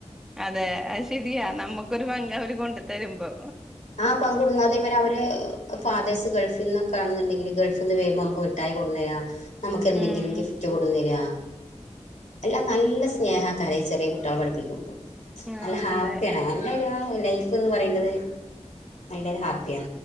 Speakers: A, in the centre; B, on the left.
A: അതെ അത് ശെരിയാ നമുക്കൊരു പങ്ക് അവര് കൊണ്ട് തരുമ്പോ
B: ആഹ് പങ്കൊടുന്നാ അതേപോലെ അവര് ഫാദേഴ്സ് ഗൾഫിനിന്നൊക്കെ ആണെന്നുണ്ടെങ്കില് ഗൾഫിന്ന് വേമ്പോ നമുക്ക്ഠായി കൊടന്നരാ നമുക്ക് എന്തെങ്കിലും
A: ഉം
B: ഗിഫ്റ്റ് കൊടുന്നരാ എല്ലാം നല്ല സ്നേഹ കര്യ ചെറിയ കുട്ടോളെ പഠിപ്പിക്കുമ്പോ
A: ആഹ്
B: നല്ല ഹാപ്പിആണ്
A: അതെ
B: നല്ലരു ആരു ലൈഫ് ന്ന് പറയുന്നത് അയിന്റെര് ഹാപ്പിയാ